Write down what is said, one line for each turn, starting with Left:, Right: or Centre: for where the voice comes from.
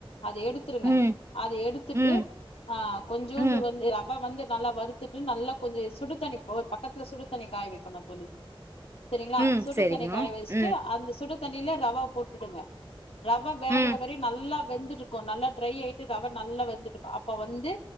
Left: அத எடுத் துருங்க
Right: ம்
Left: அத எடுத்துட்
Right: ம்
Left: ஆ கொஞ்சூண்டு
Right: ம்
Left: வந்து ரவ வந்து நல்லா வறுத்துட்டு நல்லா கொஞ்ச சுடு தண்ணி போ பக்கத்துல சுடு தண்ணி காய வெக்குனு தோழி செரிங்ளா
Right: ம்
Left: சுடு
Right: செரிங்கோ
Left: தண்ணி காய வெச்ட்டு
Right: ம்
Left: அந்த சுடு தண்ணில ரவா போட்டுடுங்க ரவ வேகற
Right: ம்
Left: வரயு நல்லா வெந்துருக்கு நல்லா ட்ரை ஆயிட்டு ரவ நல்லா வெந்துருக் அப்ப வந்து